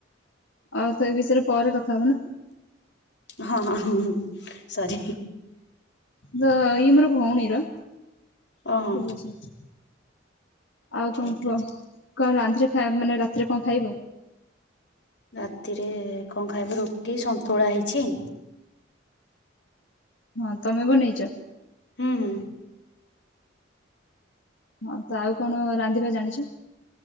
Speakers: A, on the left; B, on the left.
A: ଆଉ ସେଇ ବିଷୟରେ ପରେ କଥା ହବ ନା।
B: ହଁ ହଁ। ସରି
A: ଦ ଇଏ ମୋର ଭଉଣୀର।
B: ଓହୋ
A: ଠିକ୍ ଅଛି। ଆଉ
B: ଠିକ
A: କଣ କୁହ
B: ଅଛି
A: କଣ ରାନ୍ଧଛ ଖା ମାନେ ରାତିରେ କଣ ଖାଇବ।
B: ରାତିରେ କଣ ଖାଇବ ରୁଟି ସନ୍ତୁଳା ହେଇଛି।
A: ହଁ ତମେ ବନେଇଚ।
B: ହୁଁ ହୁଁ।
A: ହଁ ତ ଆଉ କଣ ରାନ୍ଧିବା ଜାଣିଛୁ।